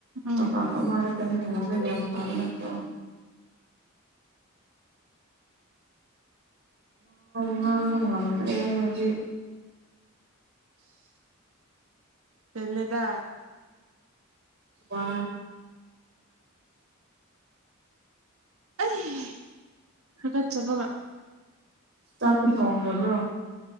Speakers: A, on the right; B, on the right.
A: ꯎꯝ
B: ꯃꯝꯕ ꯃꯥꯔ ꯇꯅꯤ ꯃ ꯌꯥꯝ ꯐ ꯅꯠꯇ꯭ꯔꯣ ꯉꯥꯡꯕ ꯉꯝꯗ꯭ꯔꯦ ꯑꯩꯩꯅꯗꯤ
A: ꯄꯜꯦꯂꯦꯗ
B: ꯋꯥ
A: ꯑꯩ ꯍꯀꯠꯆꯕꯥ
B: ꯆꯥꯛꯇꯤ ꯊꯣꯡꯈ꯭ꯔꯕ꯭ꯔꯣ